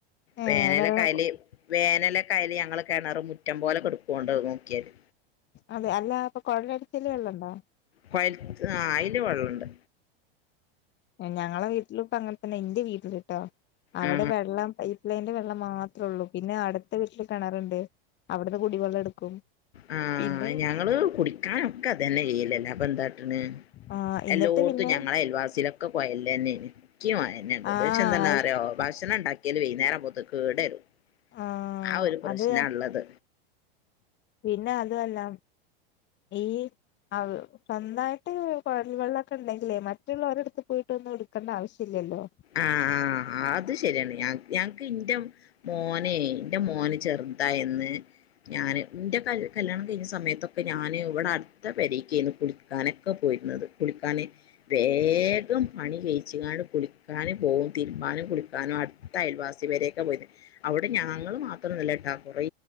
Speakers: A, on the left (about 35°); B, on the left (about 85°).
A: ഏ
B: വേനലക്കായല്
A: വെള്ളം
B: വേനലക്കായല് ഞങ്ങള് കിണറ മുറ്റം പോലെ കെടുക്കോണ്ട് നോക്കിയാല്
A: അതെ അല്ല ഇപ്പൊ കൊഴനടിച്ചല് വെള്ളണ്ടോ
B: കൊയൽത്ത് ആ അയില് വെള്ളണ്ട്
A: ഞങ്ങള വീട്ടിലിപ്പോ അങ്ങനത്തന്ന എന്റെ വീട്ടിലിട്ടോ അവിടെ
B: ആ
A: വെള്ളം പൈപ്പ് ലൈന്റെ മാത്രേ ഉള്ളൂ പിന്നെ അടുത്ത വീട്ടില് കിണറുണ്ട് അവിടുന്ന് കുടിവെള്ളം എടുക്കും
B: ആഹ
A: പിന്നെ
B: ഞങ്ങള് കുടിക്കാനൊക്കെ അതനെ ചെയ്ലല്ല അപ്പ എന്താട്ടന്
A: ആ എന്നിട്ട്
B: എല്ലോടത്തും
A: പിന്നെ
B: ഞങ്ങളെ അയൽവാസിയിലൊക്കെ പുഴല്ല നി ണ്ട്ക്ഷംന്തന്നെ
A: ആ ആയി
B: അറോ ഭക്ഷണം ഉണ്ടാക്കിയല് വൈകേരം പോത്ന്ന് കേടരും
A: ആ
B: ആ ഒരു പ്രശ്ന
A: അത്
B: ഇള്ളത്
A: പിന്നെ അതുഅല്ല ഈ അഹ് സ്വന്തായിട്ട് കുഴൽ വെള്ളംക്കെ ഉണ്ടെങ്കിലേ മറ്റുള്ളൊരടുത്ത് പോയിട്ട് ഒന്നും എടുക്കണ്ട ആവശ്യല്ലല്ലോ
B: ആ ആ അത് ശരിയാണ് ഞാ ഞങ്ങക്ക് എറെ മോനെ എറെ മോന് ചെറുതാ എന്ന് ഞാന് എറെല് കല്യാണം കഴിഞ്ഞ സമയത്തൊക്കെ ഞാന് ഇവിടെ അടുത്ത വരക്കായിരുന്നു കുളിക്കാനൊക്കെ പോയിരുന്നത് കുളിക്കാന് വേഗം പണി കഴച്ച്ണ്ട് കുളി ഞാനും പോകും തിരുമ്പാനും കുളിക്കാനും അടുത്ത അയൽവാസി വരെയൊക്കെ പോയിരുന്നു അവിടെ ഞങ്ങൾ മാത്രംല്ല കേട്ടോ കുറേ